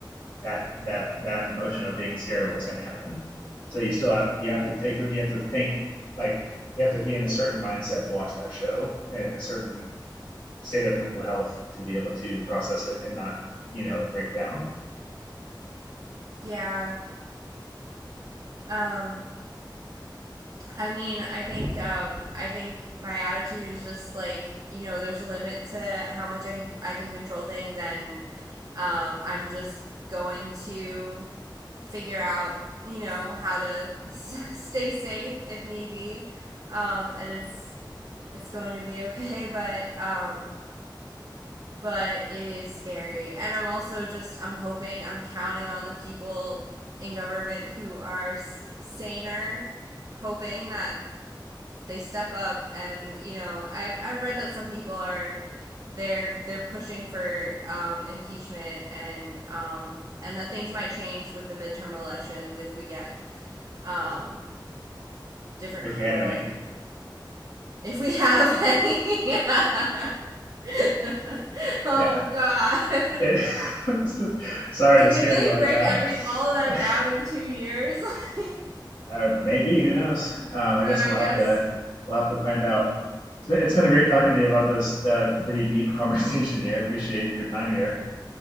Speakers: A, on the left (about 70°); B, on the right (about 50°).
A: that that that emotion of being scared of what's going to happen. So you still have you have to take you have to think like you have to be in a certain mindset to watch that show and a certain state of mental health to be able to process it and not you know break down
B: yeah. Um, I mean, I think um, I think my attitude is just like you know, there's a limit to how much I can I can control things, and um, I'm just going to figure out you know how to <laughs> s- stay safe if need be, um, and it's it's going to be okay, <laughs> but um, but it is scary, and I'm also just I'm hoping I'm counting on the people in government who are s- saner hoping that they step up and you know I've I've read that some people are they're they're pushing for um, impeachment and um, and that things might change with the midterm elections if we get um, different
A: if
B: people
A: we have any.
B: and if we have any. <laughs> Yeah. <laughs> oh
A: Yeah.
B: God. <laughs>
A: <laughs> Sorry
B: Can
A: to scare
B: they really
A: you like
B: break
A: that.
B: every all of that
A: <laughs>
B: down in two years? <laughs> like,
A: Uh, maybe who knows? Um, I
B: uh,
A: guess we'll
B: I guess
A: have to we'll have to find out. It's been, it's been great talking to you about this uh, pretty deep <laughs> conversation here. I appreciate your time here.